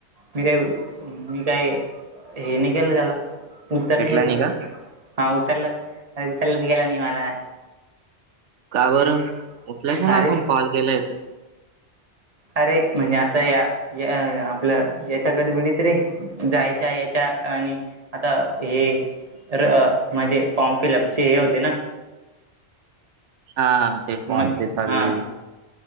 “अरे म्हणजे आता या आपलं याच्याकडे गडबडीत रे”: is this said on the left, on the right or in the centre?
Right